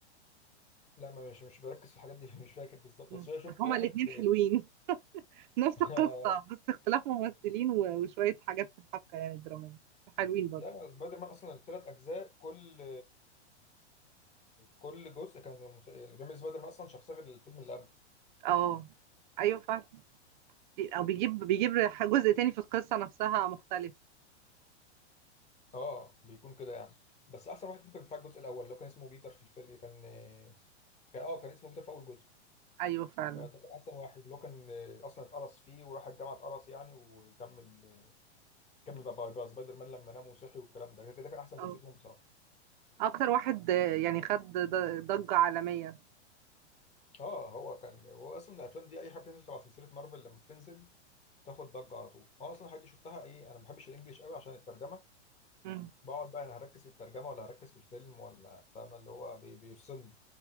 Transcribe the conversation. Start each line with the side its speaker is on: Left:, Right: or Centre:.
Left: لا ما مش مش بركز في الحاجات دي <laughs> مش فاكر بالظبط
Right: مم.
Left: بس انا شفت
Right: بس هما
Left: واحد
Right: الاثنين حلوين <laughs> نفس
Left: <laughs>
Right: القصه بس اختلاف ممثلين و- وشويه حاجات في الحبكه يعني الدراميه حلوين برضو
Left: لا سبايدر مان اصلا الثلاث اجزاء كل كل جزء كان مس- اللي بيعمل سبايدر مان اصلا شخصيه غير الفيلم اللي قبل
Right: اه ايوه فعلا بي- او بيجيب بيجيب ح- جزء تاني في القصه نفسها مختلف
Left: اه بيكون كده يعني بس احسن واحد ممكن بتاع الجزء الاول اللي هو كان اسمه بيتر في الفيلم كان كان اه كان اسمه بيتر في اول جزء
Right: ايوه فعلا
Left: فده كان احسن واحد اللي هو كان اصلا اتقرص فيه وراح الجامعه اتقرص يعني وكمل كمل بقى بقى سبايدر مان لما نام وصحي والكلام ده كده كان احسن
Right: اه
Left: جزء فيهم بصراحه
Right: اكتر واحد آه، يعني خد ض- ضجة عالمية
Left: اه هو كان هو اصلا الافلام دي اي حاجه بتنزل تبع سلسله مارفل لما بتنزل تاخد ضجه على طول اه اصلا حد شفتها ايه انا ما بحبش الانجليش قوي عشان الترجمه
Right: مم.
Left: بقعد بقى انا هركز في الترجمه ولا هركز في الفيلم ولا فاهم اللي هو بي بيفصلني